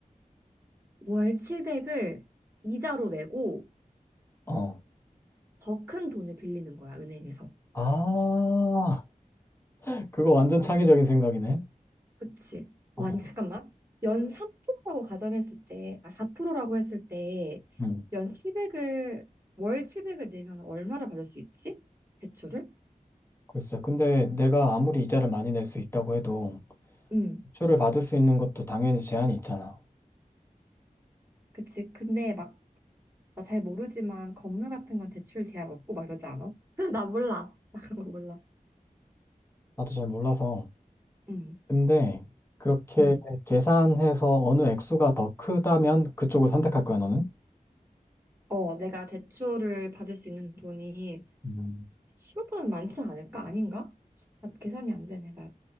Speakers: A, on the right; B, on the left.
A: 월 700을 이자로 내고
B: 어.
A: 더 큰 돈을 빌리는 거야, 은행에서.
B: 아. 그거 완전 창의적인 생각이네.
A: 그치?
B: 어,
A: 와, 아니, 잠깐만. 연 3%라고 가정했을 때, 아, 4%라고 했을 때,
B: 음,
A: 연 700을, 월 700을 내면 얼마를 받을 수 있지? 대출을?
B: 글쎄, 근데 내가 아무리 이자를 많이 낼 수 있다고 해도
A: 응,
B: 대출을 받을 수 있는 것도 당연히 제한이 있잖아.
A: 그치. 근데 막 나 잘 모르지만 건물 같은 건 대출 제한 없고 막 이러지 않아? <laughs> 나 몰라. 나 그런 거 몰라.
B: 나도 잘 몰라서.
A: 응,
B: 근데 그렇게
A: 응.
B: 계산해서 어느 액수가 더 크다면 그쪽을 선택할 거야, 너는?
A: 어, 내가 대출을 받을 수 있는 돈이
B: 음,
A: 10억보다는 많지 않을까? 아닌가? 아, 계산이 안 되네. 나